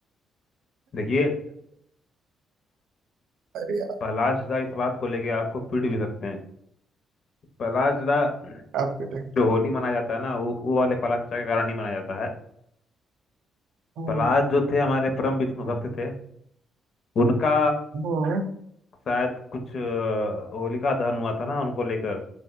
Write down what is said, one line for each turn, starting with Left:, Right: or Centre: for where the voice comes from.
Left: देखिए
Right: अरे यार
Left: प्रहलाद चाचा इस बात को लेके आपको पीट भी सकते हैं प्रहलाद चाचा
Right: आप बेटे
Left: जो होली मनाया जाता है ना वो वो वाले प्रहलाद चाचा के कारण ही मनाया जाता है
Right: हम्म
Left: प्रहलाद जो थे हमारे परम विष्णु भक्त थे उनका
Right: हम्म,
Left: शायद कुछ अ, होलिका दहन हुआ था ना उनको लेकर